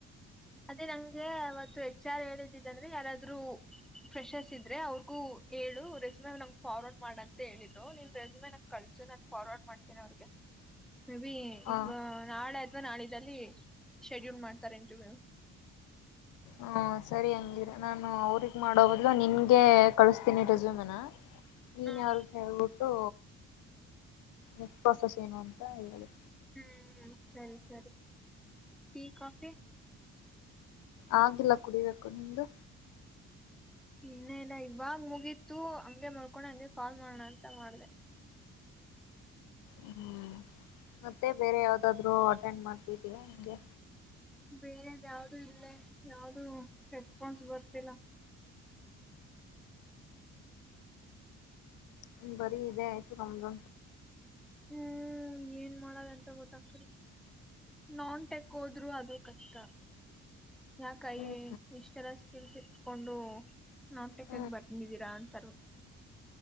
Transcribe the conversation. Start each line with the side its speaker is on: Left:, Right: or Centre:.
Centre: ಅದೇ ನಂಗೆ ಅವತ್ತು ಎಚ್ ಆರ್ ಹೇಳಿದ್ದಿದ್ದಂದ್ರೆ ಯಾರಾದ್ರೂ ಫ್ರೆಷರ್ಸ್ ಇದ್ದರೆ ಅವ್ರಿಗೂ ಹೇಳು ರೆಸ್ಯೂಮೇ ನಂಗೆ ಫಾರ್ವರ್ಡ್ ಮಾಡಂತ ಹೇಳಿದರು ನಿಮ್ಮ ರೆಸ್ಯೂಮೇ ನಂಗೆ ಕಳಿಸು ನಾನು ಫಾರ್ವರ್ಡ್ ಮಾಡ್ತೀನಿ ಅವ್ರಿಗೆ. <unintelligible>
Left: ಹ
Centre: ಈಗ ನಾಳೆ ನಾಡಿದ್ದಲ್ಲಿ ಶೆಡ್ಯೂಲ್ ಮಾಡ್ತಾರ್ ಇಂಟರ್ವ್ಯೂ.
Left: ಹ್ಮ್ ಸರಿ ಹಂಗಿದ್ರೆ ನಾನು ಅವ್ರಗ್ ಮಾಡೋ ಬದ್ಲು ನಿನ್ಗೆ ಕಳಸ್ತೀನಿ ರೆಸ್ಯುಮೆನ. ನೀನೆ
Centre: ಹ್ಮ್
Left: ಅವ್ರಿಗ್ ಹೇಳ್ಬುಡ್ ಟ್ಟು ನೆಕ್ಸ್ಟ್ ಪ್ರೊಸೆಸ್ ಏನು ಅಂತ ಹೇಳಿ.
Centre: ಹ್ಮ್ ಸರಿ ಸರಿ ಟೀ ಕಾಫಿ
Left: ಆಗಿಲ್ಲ ಕುಡಿಬೇಕು ನಿಂದು
Centre: ಇನ್ನೆ ಇಲ್ಲ ಇವಾಗ ಮುಗೀತ್ತು ಹಂಗೆ ಮಲ್ಕೊಂಡೇ ಹಂಗೆ ಕಾಲ್ ಮಾಡೋಣ ಅಂತ ಮಾಡ್ದೆ.
Left: ಹ್ಮ್ ಮತ್ತೆ ಬೇರೆ ಯಾವ್ದಾದ್ರು ಅಟೆಂಡ್ ಮಾಡ್ತಿದ್ದೀಯಾ ಹೆಂಗೆ
Centre: ಬೇರೆದ್ ಯಾವ್ದು ಇಲ್ಲೇ ಯಾವ್ದೂ ರೆಸ್ಪಾನ್ಸ್ ಬರ್ತಿಲ್ಲ.
Left: ಹ್ಮ್ ಬರಿ ಇದೇ ಆಯ್ತು ನಮ್ದು.
Centre: ಹ್ಮ್ ಏನ್ ಮಾಡದಂತ ಗೊತ್ತಾಗ್ತಿಲ್ಲ ನಾನ್ ಟೆಕ್ ಹೋದ್ರು ಅದೇ ಕಷ್ಟ. ನಾ ಕೈಲಿ
Left: ಹ್ಮ್
Centre: ಇಷ್ಟೆಲ್ಲ ಲ್ಸಿಟ್ಕೊಂಡು ನಮ್ ಟೆಕ್ಕಿಗ್
Left: ಹ್ಮ್
Centre: ಬಂದಿದ್ದೀರಾ ತರು